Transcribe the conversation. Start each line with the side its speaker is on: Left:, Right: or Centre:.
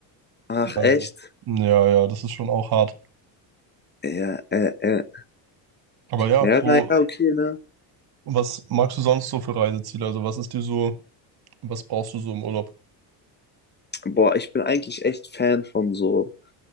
Left: ach,
Right: Also,
Left: echt?
Right: ja, ja, das ist schon auch hart.
Left: Ja, äh, äh.
Right: Aber ja,
Left: Ja,
Right: wo,
Left: naja, okay, ne?
Right: was magst du sonst so für Reiseziele? Also was ist dir so, was brauchst du so im Urlaub?
Left: Boah, ich bin eigentlich echt Fan von so